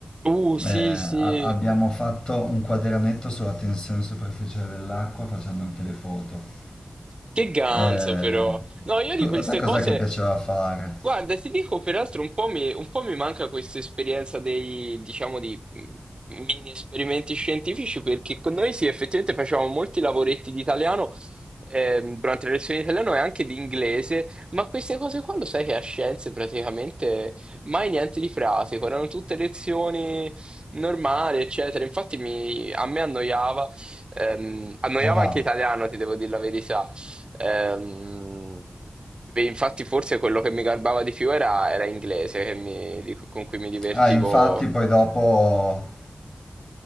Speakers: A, on the right; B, on the left.
A: Uh, sì,
B: Eh, a-
A: sì.
B: abbiamo fatto un quadernetto sulla tensione superficiale dell'acqua facendo anche le foto.
A: Che ganzo
B: Eh,
A: però. No, io di
B: tu-
A: queste
B: a te cos'è
A: cose,
B: che piaceva fare?
A: guarda, ti dico peraltro un po' mi, un po' mi manca questa esperienza dei, diciamo, di mm, mini esperimenti scientifici perché con noi sì, effettivamente facevamo molti lavoretti di italiano ehm, durante le lezioni di italiano e anche di inglese, ma queste cose qua lo sai che a scienze praticamente mai niente di pratico, erano tutte lezioni normali, eccetera. Infatti mi- a me annoiava. Ehm, annoiava
B: Ma va.
A: anche italiano, ti devo dire la verità, Ehm, beh, infatti forse quello che mi garbava di più era, era inglese, che mi- di- con cui mi divertivo.
B: Ah, infatti poi dopo